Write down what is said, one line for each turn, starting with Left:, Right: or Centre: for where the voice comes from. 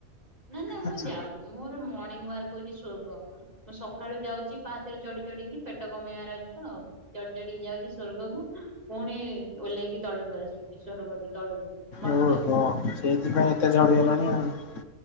Right: ନା ନା ମୁଁ
Left: ଆଚ୍ଛା
Right: ଯାଉ ମୋର ମର୍ଣ୍ଣିଂ ୱାର୍କ୍ ହଉଚି ସ୍ୱର୍ଗ। ମୁଁ ସକାଳୁ ଯାଉଚା ପାହାଥରେ ଚଢି ଚଢିକି, ପେଟ କମେଇବାରେ ଅଛି ତ ଚଢି ଚଢିକି ଯାଉଚି ସ୍ଵର୍ଗକୁ, ପୁଣି ଓହ୍ଲେଇକି ତଳକୁ ଆସୁଚି ସ୍ଵର୍ଗରୁ ତଳକୁ। ମର୍ତ୍ୟକୁ।
Left: ଓହୋ ସେଇଥିପାଇଁ ଏତେ ଝଡି ଗଲଣି ଆଉ?